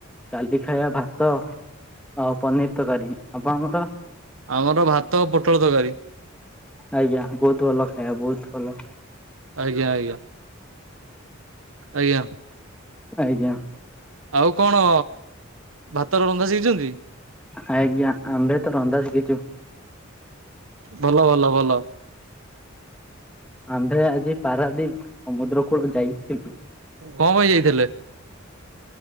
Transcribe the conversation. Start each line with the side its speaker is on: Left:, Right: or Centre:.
Centre: କାଲି ଖାଇବା ଭାତ ଆଉ ପନିର୍ ତରକାରୀ ଆପଣଙ୍କର?
Right: ଆମର ଭାତ ପୁଟଳ ତରକାରୀ।
Centre: ଆଜ୍ଞା ବହୁତ୍ ଭଲ ଖାଇବା ବହୁତ୍ ଭଲ।
Right: ଆଜ୍ଞା ଆଜ୍ଞା ଆଜ୍ଞା।
Centre: ଆଜ୍ଞା।
Right: ଆଉ କଣ ଭାତର ରନ୍ଧା ଶିଖିଚନ୍ତି?
Centre: ଆ ଆଜ୍ଞା ଆମ୍ଭେତ ରନ୍ଧା ଶିଖିଚୁ।
Right: ଭଲ ଭଲ ଭଲ।
Centre: ଆମ୍ଭେ ଆଜି ପାରାଦୀପ ସମୁଦ୍ର କୂଳ ଯାଇଥିଲୁ।
Right: କଣ ପାଇଁ ଯାଇଥିଲେ?